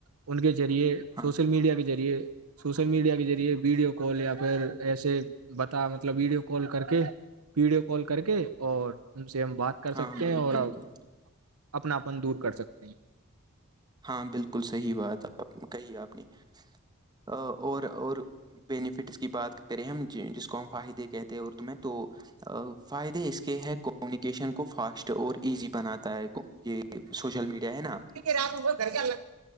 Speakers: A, on the right (about 85°); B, on the right (about 20°).
A: ان کے ذریعے
B: ہاں
A: سوشل میڈیا کے ذریعے سوشل میڈیا کے ذریعے ویڈیو کال یا پھر ایسے بتا مطلب ویڈیو کال کر کے ویڈیو کال کر کے اور ان سے ہم بات کر
B: ہاں
A: سکتے
B: بھائی
A: ہیں اور
B: بالکل
A: اپناپن دور کر سکتے ہیں
B: ہاں بالکل صحیح بات آپ کہی آپ نے اور اور بینیفٹس کی بات کریں ہم جسکو ہم فاہد کہتے ہیں اردو میں تو فائدے اس کے ہیں کمیونکیشن کو فاسٹ اور ایزی بناتا ہے یہ سوشل میڈیا ہے نا
A: رام ہوگا گھر کے الگ